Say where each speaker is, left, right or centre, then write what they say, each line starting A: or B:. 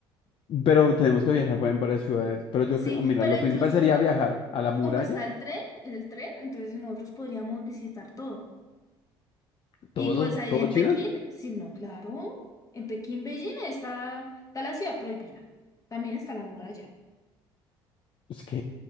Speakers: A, on the left; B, on the left.
A: pero tenemos que viajar en varias ciudades, pero yo,
B: Sí,
A: cre- mira,
B: pero
A: lo
B: incluso
A: principal sería viajar a la muralla
B: como está el tren, el tren, entonces nosotros podríamos visitar todo. Y
A: ¿Todo?
B: pues ahí
A: ¿Todo
B: en
A: China?
B: Pekín, sí, no, claro, en Pekín, Beijing está, está la ciudad prohibida. También está la muralla.
A: Ok,